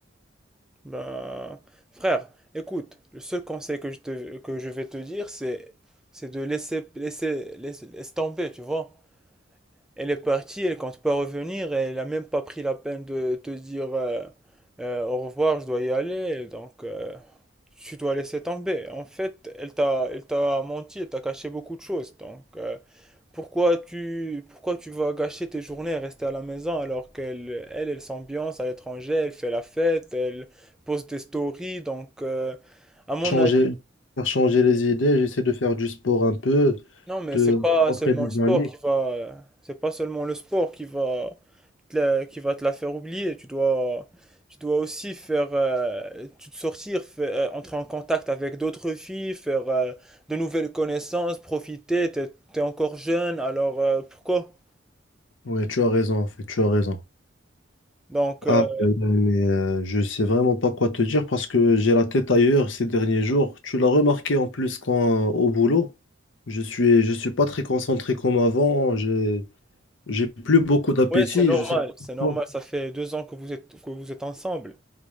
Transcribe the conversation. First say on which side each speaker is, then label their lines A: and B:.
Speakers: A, in the centre; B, on the left.
A: Ben, frère, écoute, le seul conseil que je te, que je vais te dire, c'est, c'est de laisser, laisser, laisser, laisse tomber, tu vois. Elle est partie, elle compte pas revenir, elle a même pas pris la peine de te dire euh, euh, au revoir, je dois y aller, donc euh, tu dois laisser tomber. En fait, elle t'a, elle t'a menti, elle t'a caché beaucoup de choses, donc euh, pourquoi tu, pourquoi tu vas gâcher tes journées à rester à la maison alors qu'elle, elle, elle s'ambiance à l'étranger, elle fait la fête, elle poste des stories, donc euh, à mon
B: changer,
A: avis,
B: faire changer les idées, j'essaie de faire du sport un peu,
A: non, mais
B: de
A: c'est pas
B: rencontrer
A: seulement
B: des
A: le sport
B: amis.
A: qui va, c'est pas seulement le sport qui va te la- qui va te la faire oublier. Tu dois, tu dois aussi faire, euh, tu te sortir, fa- euh, entrer en contact avec d'autres filles, faire euh, de nouvelles connaissances, profiter. T'es, t'es encore jeune, alors euh, pourquoi?
B: Ouais, tu as raison, en fait, tu as raison.
A: Donc, euh,
B: Ah, euh, mais euh, je sais vraiment pas quoi te dire parce que j'ai la tête ailleurs ces derniers jours. Tu l'as remarqué en plus quand au boulot, je suis je suis pas très concentré comme avant. J'ai j'ai plus beaucoup d'appétit.
A: ouais, c'est normal,
B: Je sais pas
A: c'est normal.
B: pourquoi.
A: Ça fait deux ans que vous êtes, que vous êtes ensemble.